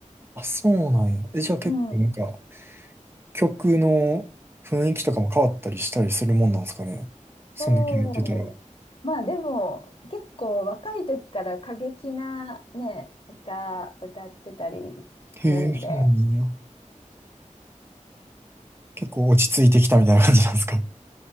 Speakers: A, on the right (about 20°); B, on the left (about 45°).
A: あ、そうなんや。え、じゃあ結構なんか、
B: う。うん。
A: 曲の雰囲気とかも変わったりしたりするもんなんですかね。そんだけやってたら。
B: そう。まあでも、結構若い時から過激なね、歌、歌ってたりするんで、
A: へえ、そうなんや。結構落ち着いてきたみたいな感じなんですか。